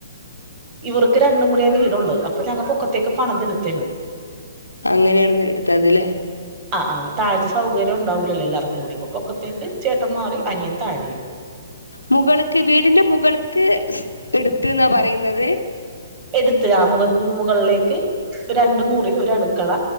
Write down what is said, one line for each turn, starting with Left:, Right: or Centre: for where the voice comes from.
Right: ഇവർക്ക് രണ്ടും കൂടിയാ വീടൊള്ളെ അപ്പൊ ഞങ്ങ പൊക്കത്തേക്ക് പണിതിട്ത്തേണ്
Left: അങ്ങെനേണെ ന്ന് എട്ത്തത് ലെ
Right: ആഹ് ആഹ് താഴത്തെ സൗകര്യൊണ്ടാവു ല്ലല്ലോ എല്ലാർക്കും കൂടി പൊക്കത്തേക്ക് ചേട്ട മാറി അനിയൻ താഴേ
Left: മുകള്ക്ക് വീടിന്റെ മുകള്ക്ക് ഇട്ത്ത്ന്നാ പറയ്ന്നത്
Right: എട്ത്ത് ആഹ് മുക മുകൾലേക്ക് രണ്ട് മുറി ഒരട്ക്കള